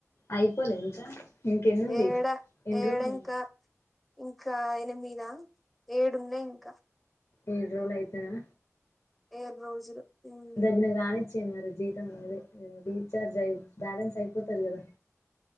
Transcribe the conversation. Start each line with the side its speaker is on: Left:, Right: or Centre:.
Left: అయిపోలే ఇంకా ఇంకెన్నుంది
Centre: ఏడ
Left: ఎన్ని
Centre: ఏళంకా
Left: రోజులు ఉంది
Centre: ఇంకా ఎనిమిదా ఏడున్నాయి ఇంకా
Left: ఏడ్ రోజలు అయితేనా
Centre: ఏడు రోజులు ఉమ్
Left: దగిన కాణించ మరి జీతం అే రీచార్జ్ అయి బ్యాలెన్స్ అయిపోతాది కదా